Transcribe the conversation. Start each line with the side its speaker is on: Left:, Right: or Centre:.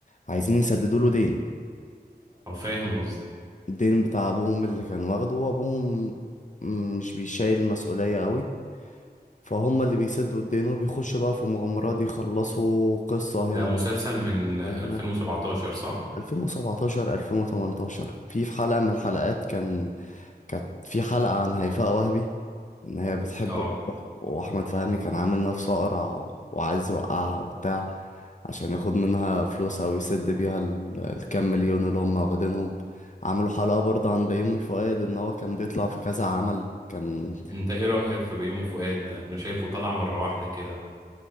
Left: عايزين يسددوا له دين
Right: اه فاهم قصدي
Left: فالدين بتاع أبوهم اللي كان واخده وأبوهم مش بيشايل المسؤولية قوي فهم اللي بيسدوا الدين وبيخشوا بقى في مغامرات يخلصوا قصة
Right: ده
Left: هنا
Right: مسلسل من 2017
Left: هنا
Right: صح؟
Left: 2017 2018 في في حلقة من الحلقات كان كانت في حلقة عن هيفاء وهبي ان هي بتحب
Right: اه
Left: الأقرع واحمد فهمي كان عامل نفسه أقرع و- وعايز يوقعها وبتاع عشان ياخد منها فلوس او يسد بيها ال- الكام مليون اللي هم واخدينهم عملوا حلقة برضه عن بيومي فؤاد ان هو كان بيطلع في كذا عمل كان
Right: انت ايه رأيك في بيومي فؤاد؟ انا شايفه طلع مرة واحدة كده